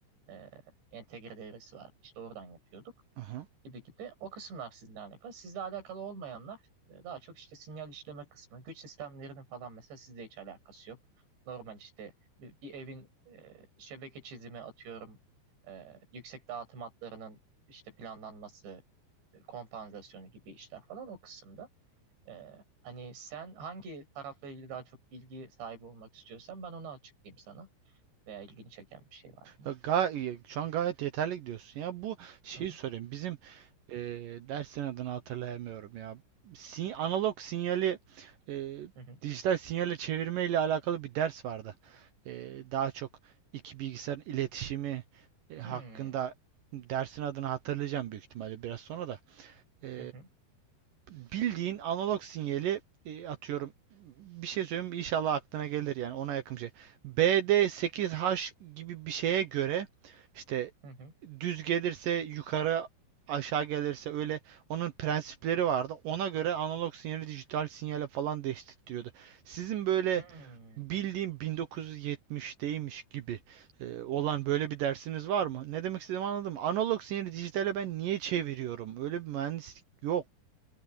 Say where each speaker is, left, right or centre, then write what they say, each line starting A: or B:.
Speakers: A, on the right (about 85°); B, on the right (about 70°).
A: E, entegre devresi vardı. İşte oradan yapıyorduk
B: Aha.
A: gibi gibi. O kısımlar sizinle alakalı. Sizle alakalı olmayanlar e, daha çok işte sinyal işleme kısmı, güç sistemlerinin falan mesela sizle hiç alakası yok. Normal işte bir, bir evin e, şebeke çizimi atıyorum, e, yüksek dağıtım hatlarının işte planlanması, e, kompansasyonu gibi işler falan o kısımda. E, hani sen hangi tarafla ilgili daha çok bilgi sahibi olmak istiyorsan ben onu açıklayayım sana. Veya ilgini çeken bir şey var mı?
B: Ya ga- e, şu an gayet yeterli gidiyorsun ya. Bu şeyi
A: Hı hı
B: sorayım. Bizim e, dersin adını hatırlayamıyorum ya. Sin- analog sinyali e,
A: hı hı.
B: dijital sinyale çevirme ile alakalı bir ders vardı. E, daha çok iki bilgisayarın iletişimi e, hakkında
A: Hmm,
B: dersin adını hatırlayacağım büyük ihtimalle biraz sonra da. E,
A: hı hı
B: bildiğin analog sinyali e, atıyorum. Bir şey söyleyeyim mi? inşallah aklına gelir yani ona yakın bir şey. BD8H gibi bir şeye göre işte
A: hı hı.
B: düz gelirse yukarı aşağı gelirse öyle onun prensipleri vardı. Ona göre analog sinyali dijital sinyale falan değiştiriyordu. Sizin böyle
A: Hmm.
B: bildiğim 1970'teymiş gibi e, olan böyle bir dersiniz var mı? Ne demek istediğimi anladım. Analog sinyali dijitale ben niye çeviriyorum? Öyle bir mühendislik yok.